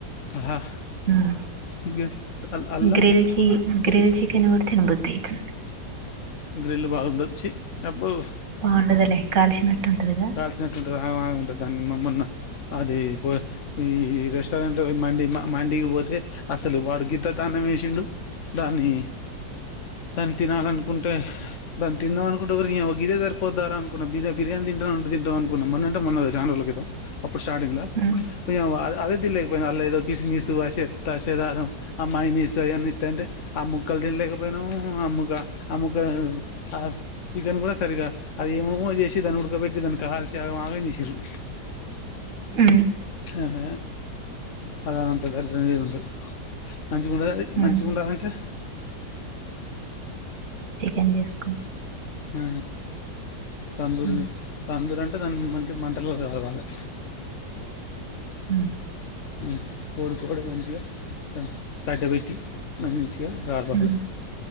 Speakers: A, on the left (about 55°); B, on the right (about 45°).
A: ఆహా!
B: మ్మ్
A: ఇగ అల్ అల్లా
B: గ్రిల్ చి గ్రిల్ చికెన్ తినబుద్దాయితుంది
A: గ్రెల్ బాగుండదు చి అబ్బో
B: బాగుండదులే కాల్చినట్టు ఉంటదిగా
A: కాల్చినట్టు ఉంటది ఆగమాగం ఉంటది దానికి మొన్న అది పో ఈ రెస్టారెంట్లో మండి మండికి పోతే అసలు వాడు గీతతన్నం వేసిండు దాన్ని దాన్ని తినాలనుకుంటే దాన్ని తిందాం అనుకుంటే ఒరినియవ్వ గీదే సరిపోద్దారా బిర్రుగా బిర్యానీ తిని తిందాం అనుకున్నాం మొన్న అంటే మొన్న కాదు చాలా రోజుల క్రితం అప్పుడు స్టార్టింగ్ల
B: ఉమ్,
A: నియవ్వ అదే తినలేక పోయినా అల్ల ఏదో కిస్మిస్ తూ చెత్త చెదారం ఆ మైనీసు అవన్నీ తయాంటే అమ్ క్కళ తినలేకపోయినాము అమ్మక అముక్కలను ఆ చికెన్ కూడా సరిగా అది ఏమమో చేసి ధనుడ్కబెట్టి తనకా కాల్చి ఆగమాగం చేసిర్రు
B: ఉమ్,
A: అహ అదందంతా దరిద్రం <unintelligible> మంచిగు ఉండ అది మంచిగా
B: ఉమ్.
A: ఉండాలంటే
B: ఏం చేసుకో
A: ఆ తందూరి
B: ఉమ్,
A: తందూర అంట అ దాని మంచి మంటలు కాలవలే
B: హ
A: మంచి కోడికోడ మంచిగా కట్టబెట్టి మంచి రాడవాలి
B: ఉమ్,